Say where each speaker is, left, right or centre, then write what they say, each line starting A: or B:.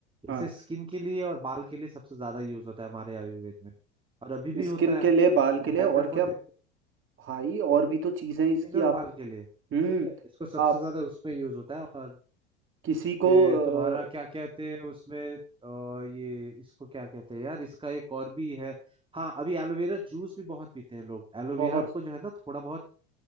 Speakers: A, on the right; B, on the right.
A: हाँ
B: इसे स्किन के लिए और बाल के लिए सबसे ज्यादा यूज होता है हमारे आयुर्वेद में और अभी भी होता
A: स्किन
B: है
A: के लिए बाल के लिए
B: डैंड्रफ
A: और
B: होने
A: क्या
B: पे
A: भाई और भी तो चीज़ें हैं
B: स्किन
A: इसकी
B: और
A: आप
B: बाल के लिए
A: हम्म
B: ठीक है इसको सबसे
A: आप
B: ज्यादा उसमें यूज होता है और
A: किसी को
B: फिर
A: अ,
B: तुम्हारा क्या कहते हैं उसमें आ, ये इसको क्या कहते हैं यार इसका एक और भी है हाँ अभी एलोवेरा जूस भी बहुत पीते हैं लोग एलोवेरा
A: बहुत
B: को जो है ना थोड़ा बहुत